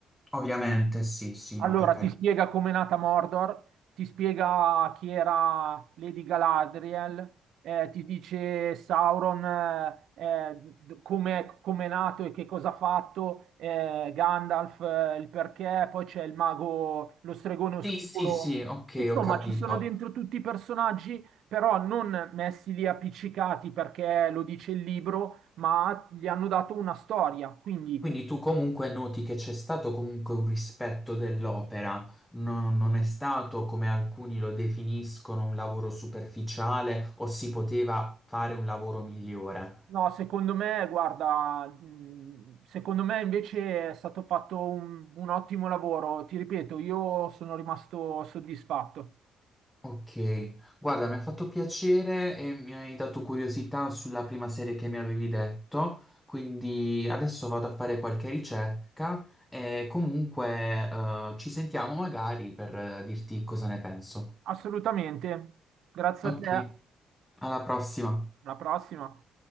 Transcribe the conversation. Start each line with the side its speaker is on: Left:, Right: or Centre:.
Centre: Ovviamente, sì, sì, no,
Right: Allora,
Centre: per carità.
Right: ti spiega com'è nata Mordor, ti spiega chi era Lady Galadriel, eh, ti dice Sauron eh, eh, d- com'è, com'è nato e che cosa ha fatto, eh, Gandalf eh, il perché, poi c'è il mago, lo stregone oscuro.
Centre: Sì, sì, sì, ok,
Right: Insomma,
Centre: ho capito.
Right: ci sono dentro tutti i personaggi, però non messi lì appiccicati perché lo dice il libro, ma gli hanno dato una storia, quindi
Centre: Quindi tu comunque noti che c'è stato comunque un rispetto dell'opera, No- non è stato come alcuni lo definiscono un lavoro superficiale o si poteva fare un lavoro migliore.
Right: No, secondo me, guarda, mh, secondo me invece è stato fatto un, un ottimo lavoro. Ti ripeto, io sono rimasto soddisfatto.
Centre: Ok, guarda, mi ha fatto piacere e mi hai dato curiosità sulla prima serie che mi avevi detto, quindi adesso vado a fare qualche ricerca e comunque eh, ci sentiamo magari per eh, dirti cosa ne penso.
Right: Assolutamente. Grazie
Centre: Ok,
Right: a te.
Centre: alla prossima.
Right: Alla prossima.